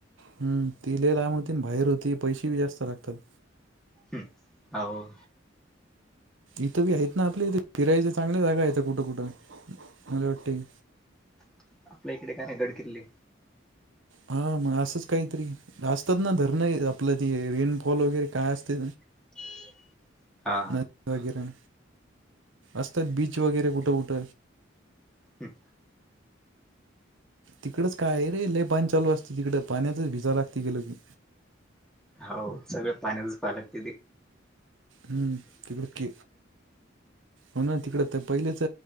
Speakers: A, on the right; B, in the centre.
A: हम् ती लइ लाब होती, बाहेर होती पैसे बी जास्त लागतात.
B: हम् हाव.
A: इथं बी आहेत ना आपल्या इथे फिरायच्या चांगल्या जागा आहेत कुठ कुठ मला वाटतेय.
B: <inaudible> काय ना गड किल्ले.
A: हा म असच काहीतरी असतात ना धरण आपल ते रेनफॉल वैगरे काय असते.
B: <inaudible> हा
A: नदी वगैरे. असतात बीच वगैरे कुठ कुठ.
B: हम
A: तिकडच काय रे लय <unintelligible> चालू असते तिकड पाण्यातच भिजा लागते गेल की.
B: हो सगळ पाण्यात च पा लागत
A: हम्म तिकड हो ना तिकडते पहिलेच